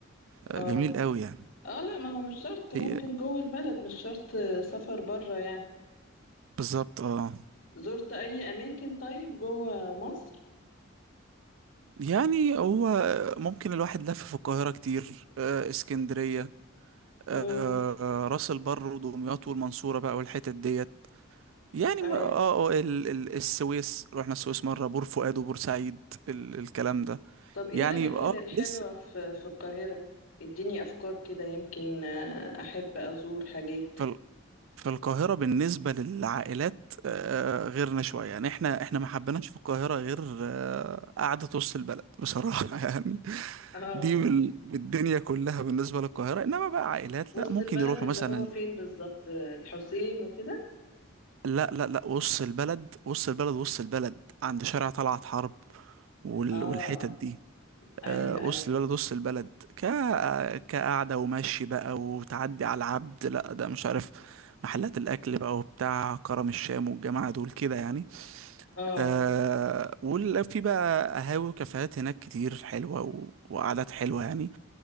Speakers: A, on the right (about 75°); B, on the left (about 90°).
A: آه،
B: اه
A: جميل قوي يعني
B: اه لا ما هو مش شرط ممكن
A: هي
B: جوه البلد مش شرط سفر بره يعني
A: بالظبط اه
B: زرت أي أماكن طيب جوه مصر؟
A: يعني هو ممكن الواحد لف في القاهرة كتير آه، اسكندرية آه،
B: امم
A: آه، راس البر ودمياط والمنصورة بقى والحتت ديت يعني
B: أي
A: ما- اه اه ال ال السويس رحنا السويس مرة بور فؤاد وبورسعيد ال الكلام ده
B: طب إيه
A: يعني
B: الأماكن
A: اه
B: الحلوة
A: لسه
B: في في القاهرة؟ اديني أفكار كده يمكن آه، أحب أزور حاجات
A: فال- فالقاهرة بالنسبة للعائلات آه آه، غيرنا شوية يعني احنا احنا ما حبيناش في القاهرة غير آه قعدة وسط البلد بصراحة <laughs> يعني
B: اه
A: دي بال- بالدنيا كلها بالنسبة للقاهرة انما بقى عائلات
B: وسط
A: لا ممكن
B: البلد
A: يروحوا
B: اللي
A: مثلا
B: هو فين بالظبط الحسين وكده؟
A: لا لا لا وسط البلد وسط البلد وسط البلد عند شارع طلعت حرب وال-
B: اه
A: والحتت دي
B: ايوه
A: آه، وسط
B: ايوه
A: البلد وسط البلد ك كقعدة ومشي بقى وتعدي على العبد لا ده مش عارف محلات الأكل بقى وبتاع كرم الشام والجماعة دول كده يعني
B: اه
A: آه وفي بقى قهاوي وكافيهات هناك كتير حلوة و... وقعدات حلوة يعني